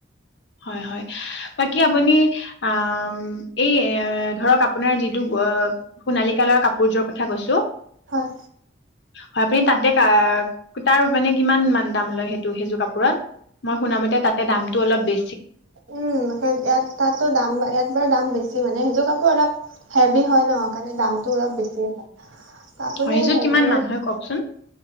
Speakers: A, on the left; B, on the right.
A: হয়-হয় বাকি আপুনি আ, এই এ ধৰক আপোনাৰ যিটো সোণালী কালৰৰ কাপোৰযোৰ কথা কৈছো।
B: হয়।
A: হয় আপুনি তাতে তাৰ মানে কিমান মান দাম লয় সেইটো সেইযোৰ কাপোৰত। মই শুনামতে তাতে দামটো অলপ বে
B: উম, সেই ইয়াত তাতো দাম ইয়াত বাৰু দাম বেছি মানে সেইযোৰ। কাপোৰ অলপ হেভি হয় ন। মাণে দামটো অলপ বেছিয়ে হয় আপুনি
A: হয় সেইযোৰত
B: হেই
A: কিমান মান হয় কওকচোন